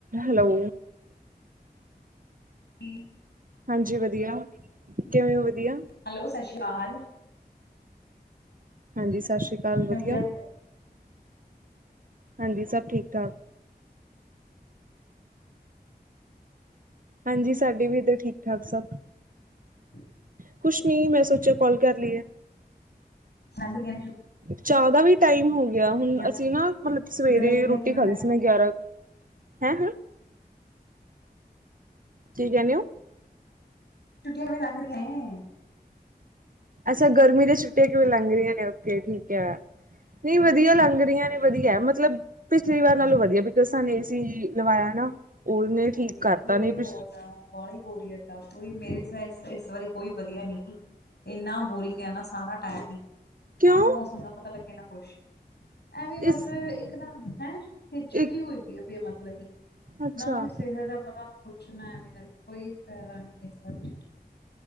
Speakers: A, on the right; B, on the left.
A: Hello.
B: ਹ
A: ਹਾਂਜੀ ਵਦੀਆ, ਕਿਵੇਂ ਓ ਵਦੀਆ।
B: ਹੈਲੋ ਸਸ਼ ਸ਼੍ਰੀ ਕਾਲ।
A: ਹਾਂਜੀ ਸਸ਼ ਸ਼੍ਰੀ ਕਾਲ ਵਦੀਆ।
B: ਵਧੀਆ
A: ਹਾਂਜੀ ਸਭ ਠੀਕ ਠਾਕ। ਹਾਂਜੀ ਸਾਡੀ ਵੀ ਇੱਧਰ ਠੀਕ ਠਾਕ ਸਭ।
B: ਹ
A: ਕੁਛ ਨੀ, ਮੈਂ ਸੋਚੇਆ ਕੋਲ ਕਰ ਲਈਏ।
B: <unintelligible>
A: ਚਾਹ ਦਾ ਵੀ ਟਾਈਮ ਹੋ ਗਿਆ ਹੁਣ,
B: ਛੁੱਟੀਆਂ
A: ਅਸੀਂ ਨਾ ਮਤਲਬ ਸਵੇਰੇ
B: ਗਰਮੀਆਂ ਛੁੱਟੀਆਂ
A: ਰੋਟੀ
B: ਕਿਵੇਂ
A: ਖਾਦੀ
B: ਲੰਘ
A: ਸੀ
B: ਰਹੀਆਂ
A: ਮੈਂ ਗਿਆਰਾਂ ਕੁ ਹੈਂ ਕੀ ਕੈਂਨੇ ਔ?
B: ਛੂਟੀਆਂ ਕਿਵੇਂ ਲੱਘ ਰਿਆਂ ਏ?
A: ਅੱਛਾ, ਗਰਮੀ ਦੇ ਛੁਟੀਆਂ ਕਿਵੇਂ ਲੰਘ ਰਿਆਂ, ਓਕੇ, ਠੀਕੈ। ਨਈਂ ਵਧੀਆ ਲੰਘ ਰਈਂਆਂ ਨੇ ਵਧੀਆ, ਮਤਲਬ ਪਿਛਲੀ ਵਾਰ ਨਾਲੋਂ ਵਧੀਆ ਬਿਕੋਜ, ਸਾਨੇ ਇਸੀ ਲਵਾਇਆ ਨਾ ਔਨੇ
B: ਹਾਏ
A: ਠੀਕ ਕਰਤਾ,
B: ਬੋਰੀ
A: ਨਈਂ ਤੇ
B: ਬਹੁਤ ਆ ਬਾਹਲੀ ਬੋਰੀਅਤ ਆਂ, ਕੋਈ ਮੇਰੀ ਫ੍ਰੇਂਡਜ਼ ਏਸ ਵਾਰੀ ਕੋਈ ਵਧੀਆ ਨੀਗੀ। ਏਨਾ ਬੋਰਿੰਗ ਐ ਨਾ ਸਾਰਾ ਟੈਮ ਈ।
A: ਕਿਉਂ?
B: ਨਾ ਨਾ ਮੌਸਮ ਦਾ ਪਤਾ ਲੱਗੇ ਨਾ ਕੌਛ, ਐਵੇਂ ਬਸ
A: ਇਸ
B: ਇੱਕ ਨਾ, ਹੈਂ। ਖੇਚਲ
A: ਇੱਕ
B: ਜੀ ਹੋਈ ਪਈ ਐ ਬੇ ਮਤਲਬ ਈ,
A: ਅੱਛਾ
B: ਨਾ ਕੋਈ ਸਿਹਤ ਦਾ ਪਤਾ ਨਾ ਕੋਛ, ਨਾ ਐਵੇ ਨਾਲ ਕੋਈ ਫਾਇਦਾ ਨਾਂ ਏਸ ਵਾਰੀ ਛੁਟੀ